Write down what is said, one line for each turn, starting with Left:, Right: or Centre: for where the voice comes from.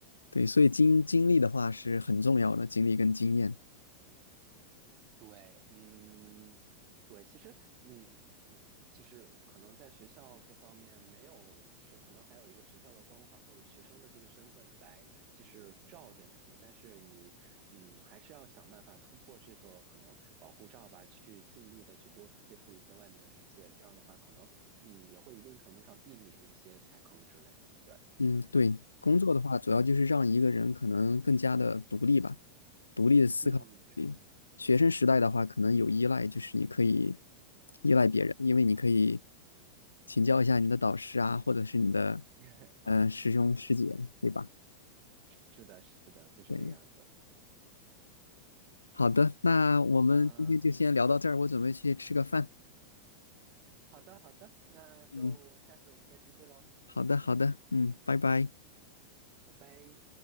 Left: 对，所以经经历的话是很重要的，经历跟经验。
Right: 对，嗯，对，其实，嗯嗯，就是可能在学校各方面没有，就是可能还有一个学校的光环或者学生的这个身份来，就是罩着你，但是你，嗯，还是要想办法突破这个可能保护罩吧，去尽力的去多接触一些外面的世界，这样的话，可能，嗯，也会一定程度上避免一些踩坑之类的。对，
Left: 嗯，对，工作的话主要就是让一个人可能更加的独立吧，独立的思考力。
Right: 嗯，是
Left: 学生时代的话，可能有依赖，就是你可以依赖别人，因为你可以请教一下你的导师啊，或者是你的
Right: <laughs>
Left: 呃师兄师姐，对吧？
Right: 是的，是的，就是这个样子。
Left: 对，好的，那我们今天就先聊到这儿，
Right: 嗯，
Left: 我准备去吃个饭。
Right: 好的好的，那就下次我们再继续喽，
Left: 嗯，好的，好的，嗯，拜拜。
Right: 拜拜。